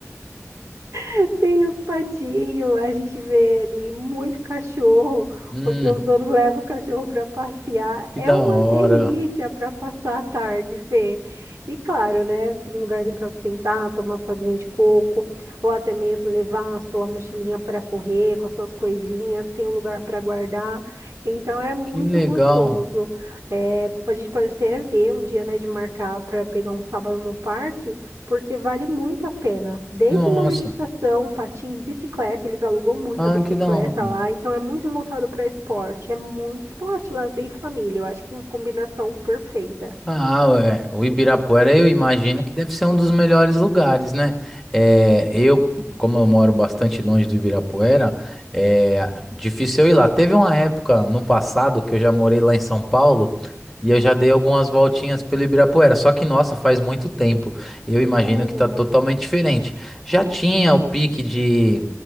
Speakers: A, on the right (about 65°); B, in the centre.
A: <laughs> Tem os patinhos, a gente vê ali muito cachorro,
B: Hum,
A: porque os donos levam os cachorros para passear.
B: que
A: É
B: da
A: uma
B: hora,
A: delícia para passar a tarde, Fê. E claro, né? Tem um lugarzinho para sentar, tomar sua aguinha de coco, ou até mesmo levar a sua mochilinha para correr com as suas coisinhas. Tem um lugar para guardar. Então é muito
B: que legal.
A: gostoso. É, a gente pode até ver um dia, né, de marcar para pegar um sábado no parque porque vale muito a pena. Desde
B: Nossa,
A: uma meditação, patins, bicicleta, eles alugam muito
B: ah,
A: a bicicleta
B: que da hora.
A: lá, então é muito voltado para esporte. É muito esporte, lazer e família. Eu acho que é a combinação perfeita.
B: Ah, é, o Ibirapuera eu imagino que deve ser um dos melhores lugares, né? É, eu, como eu moro bastante longe do Ibirapuera, é difícil eu ir lá. Teve uma época no passado que eu já morei lá em São Paulo e eu já dei algumas voltinhas pelo Ibirapuera. Só que, nossa, faz muito tempo. Eu imagino
A: Sério?
B: que tá totalmente diferente. Já tinha o pique de